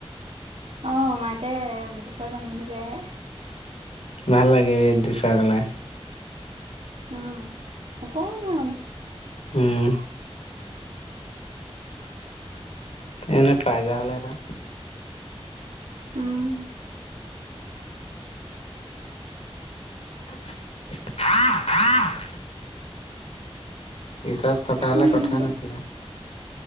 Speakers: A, on the right; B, on the left.
A: অ', মাইকে <unintelligible> ওচৰ বান্ধি বান্ধি লৈ আহে।
B: ভাল লাগে এইটো চাই পেলাই।
A: অ', অকণি অকণি।
B: হম। এনে পাই যোৱা হ'লে এটা।
A: উম।
B: <inaudible> ৰিছাৰ্ছ থকা হ'লে,
A: উম
B: কথাই নাছিলে।